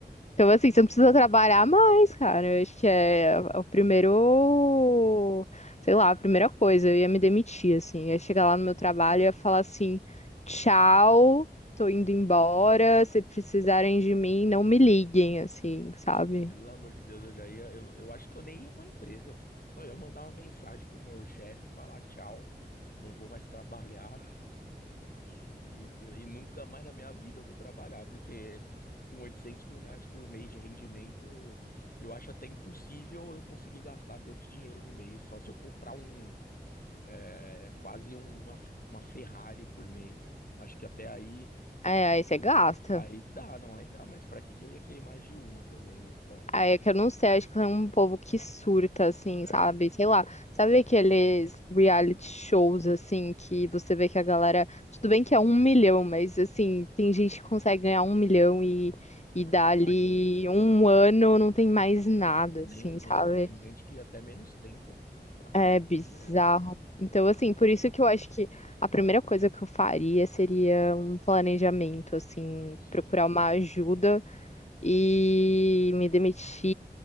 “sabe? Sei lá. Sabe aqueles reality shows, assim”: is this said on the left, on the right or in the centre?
Left